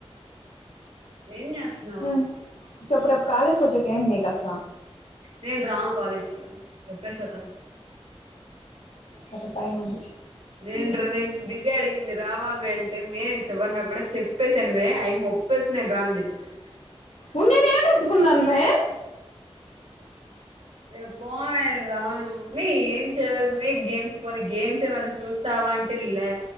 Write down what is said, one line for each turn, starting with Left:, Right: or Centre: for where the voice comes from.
Right: ఏం చేస్తున్నావ్
Left: మ్మ్ చెప్పు రేపు కాాలేజ్కి వచ్చకి ఏం నిక్ అసలు
Right: నేను రాను కాలేజీకి అ చెప్పేశా కదా
Left: సరే బాయ్ మళ్ళీ
Right: నేను ర నేను దివ్య అడిగింది రావా మే అంటే మే శివన్న కూడా చెప్పసాను ఆ అమ్మే ఒప్పేసింది నేను రాన్ అని చెప్పసా
Left: ఉన్నేనే ఏడు ఒప్పుకున్న మే
Right: రే పో మే రాను మీ ఏం చెయాలి మీ గేమ్స్ పోని గేమ్స్ ఏమైనా చూస్తావా అంటే లే